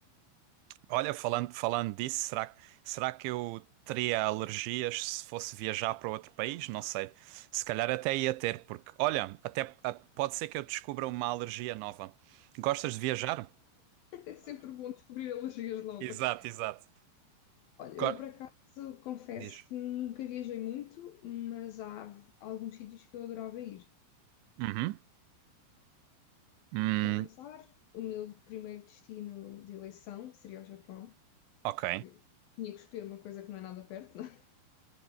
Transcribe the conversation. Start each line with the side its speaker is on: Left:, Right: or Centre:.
Right: Olha, falando, falando disso, será, que- será que eu teria alergias se fosse viajar para outro país? Não sei, se calhar até ia ter, porque, olha, até a- pode ser que eu descubra uma alergia nova. Gostas de viajar?
Left: É sempre bom descobrir alergias novas.
Right: Exato, exato.
Left: Olha,
Right: Go-
Left: eu por acaso confesso
Right: Diz.
Left: que nunca viajei muito, mas há alguns sítios que eu adorava ir.
Right: Uhum. Hum,
Left: Para começar, o meu primeiro destino de eleição seria o Japão, porque
Right: ok.
Left: tinha que escolher uma coisa que não é nada perto, não é?